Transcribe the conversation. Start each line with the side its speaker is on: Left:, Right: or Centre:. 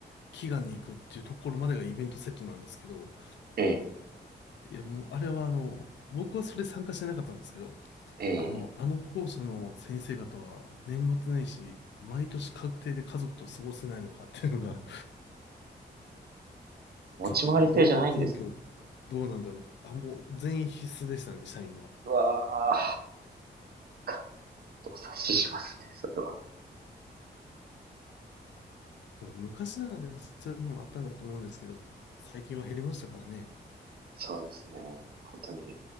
Left: 祈願に行くっていうところまでがイベントセットなんですけど、
Right: ええ、
Left: いやもうあれはあの、僕はそれ参加してなかったんですけど、
Right: ええ、
Left: あの、あの校舎の先生方は年末年始、毎年確定で家族と過ごせないのかっていうのが、
Right: 持ち回り制じゃないんですね。
Left: ちょっと労働環境どうなんだろう。あ、もう全員必須でしたね、社員は。
Right: うわー、か、動察ししますね、それは。
Left: まあ昔ならね、そういうのもあったんだと思うんですけど、最近は減りましたからね。
Right: そうですね。本当に。